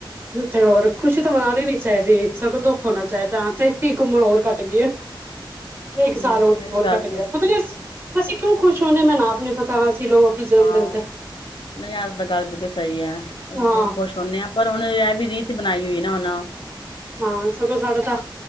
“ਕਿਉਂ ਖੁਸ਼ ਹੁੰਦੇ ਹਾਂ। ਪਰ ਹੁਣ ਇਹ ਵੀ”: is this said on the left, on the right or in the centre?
Left